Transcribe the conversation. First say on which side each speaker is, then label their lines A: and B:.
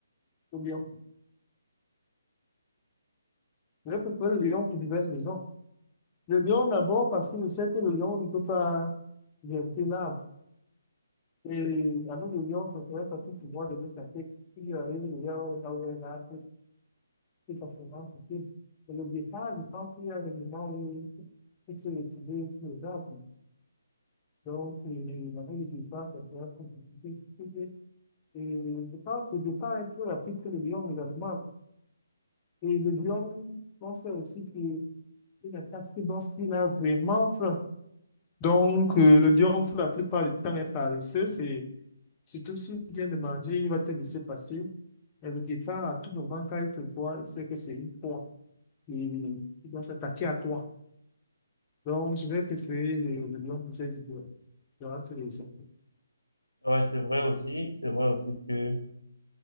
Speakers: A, on the left (about 20°); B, on the left (about 90°).
A: ou lion. Je peux le lion pour diverses raisons. Le lion d'abord parce que je sais que le lion ne peut pas grimper l'arbre. Et avec le lion, ça serait facile pour moi de me casser. Si j'arrive là où là où il y a un arbre, c'est forcément facile. Mais le départ, je pense qu'il y a des moments où il se retrouve sur les arbres. Donc, euh, avec le départ, ça serait plus compliqué. Et je pense que le départ est plus rapide que le lion également. Et le lion, on sait aussi qu'il il attaque lorsqu'il a vraiment faim. Donc, euh, le lion, pour la plupart du temps, est paresseux. C'est surtout s'il vient de manger, il va te laisser passer. Et le guépard, à tout moment, quand il te voit, il sait que c'est une proie. Et il doit s'attaquer à toi. Donc, je vais préférer le, le lion pour cette idée. Je rentre les autres.
B: Ouais, c'est vrai aussi, c'est vrai aussi que